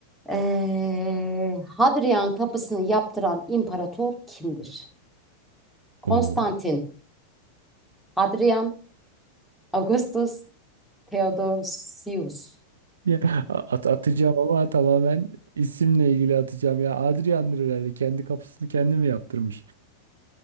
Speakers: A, in the centre; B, on the right.
A: Ee, Hadrian kapısını yaptıran imparator kimdir? Konstantin,
B: Oo.
A: Hadrian, Augustus, Theodosius.
B: Ya, at, atacağım ama tamamen isimle ilgili atacağım. Ya Adrian'dır herhalde. Kendi kapısını kendi mi yaptırmış?